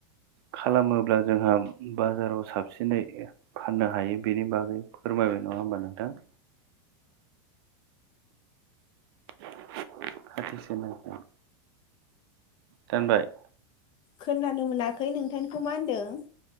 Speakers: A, on the right (about 55°); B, on the left (about 30°).
A: खालामोब्ला जोंहा बाजाराव साबसिनै फाननो हायो बेनि बागै फोरमायबाय नङा होमबा नोंथां <unintelligible> दानबाय
B: खोनानो मोनाखै नोंथांनिखौ मा होनदों